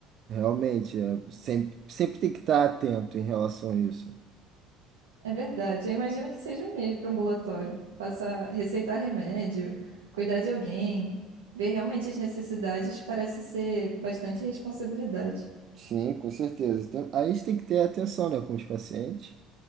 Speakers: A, on the right; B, on the right.
A: Realmente, é, sempre, sempre tem que estar atento em relação a isso.
B: É verdade. Eu imagino que seja o mesmo para um ambulatório. Passar, receitar remédio, cuidar de alguém, ver realmente as necessidades parece ser bastante responsabilidade.
A: Sim, com certeza. Tem- a gente tem que ter atenção, né, com os pacientes.